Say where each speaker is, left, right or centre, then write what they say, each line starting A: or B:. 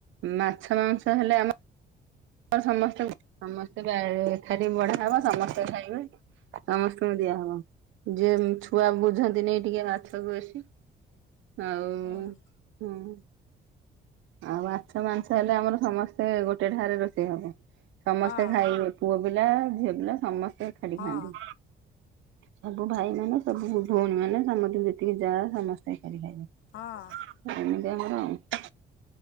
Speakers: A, on the right (about 75°); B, on the left (about 75°).
A: ମାଛ ମାଂସ ହେଲେ ଆମ ସମସ୍ତେ ସମସ୍ତେ ବଢା
B: ହୁଁ
A: ହବ ସମସ୍ତେ ଖାଇବେ। ସମସ୍ତଙ୍କୁ ଦିଆ ହବ ଯିଏ ଛୁଆ ବୁଝନ୍ତି ନାଇଁ ଟିକେ ମାଛକୁ ବେସି।
B: <inaudible>
A: ଆଉ
B: ହୁଁ।
A: ହଁ। ଆଉ ମାଛ ମାଂସ ହେଲେ ଆମର ସମସ୍ତେ ଗୋଟେ ଠାରେ ରୋଷେଇ ହବ। ସମସ୍ତେ
B: ହଁ
A: ଖାଇ ପୁଅ ପିଲା ଝିଅ ପିଲା ସମସ୍ତେ ଖାଲି
B: ହଁ
A: ଖାଆନ୍ତି। ସବୁ ଭାଇ ମାନେ ସବୁ ଭଉଣୀ ମାନେ ସମସ୍ତେ ଯେତିକି ଯାଆ ସମସ୍ତେ। ଖାଇ ଏମିତି
B: ହଁ।
A: ଆମର ଆଉ।